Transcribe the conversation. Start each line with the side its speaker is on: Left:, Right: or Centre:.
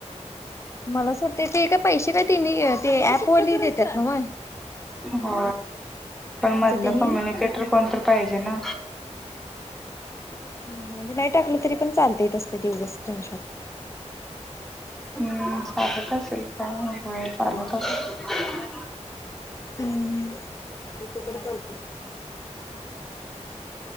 Left: मला अस वाटतं ते का पैसे काय तिनी ते ऍप वली देतात नव?
Centre: हो पण मधलं
Left: त्यांनी
Centre: कम्युनिकेटर कोणत पाहिजे ना.
Left: म्हणजे नाही टाकलं तरी पण चालत य
Centre: हम् चालत असेल का चालतय असेल <unintelligible>
Left: हम्म. <inaudible>